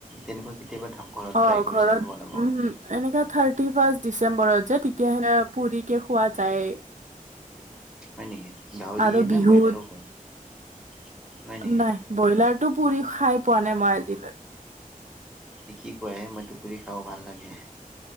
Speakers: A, in the centre; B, on the right (about 60°).
A: তেনেকুৱা? কেতিয়াবা ঘৰত
B: অ
A: ট্ৰাই কৰিছেনে
B: ঘৰত
A: বনাব
B: উম
A: কাৰণে?
B: এনেকা থাৰ্টি ফাৰ্ষ্ট। ডিচেম্বৰত যে তেতিয়াহলে পুৰিকে খোৱা যায়।
A: হয় নেকি গাহৰিয়ে
B: আৰু
A: নে
B: বিহুত
A: ব্ৰইলাৰো খোৱা হয় নেকি
B: নাই ব্ৰইলাৰটো পুৰি খাই পোৱা নাই মই আজিলৈ।
A: এহ কি কোৱাহে মইটো পুৰি খাৱ ভাল লাগে।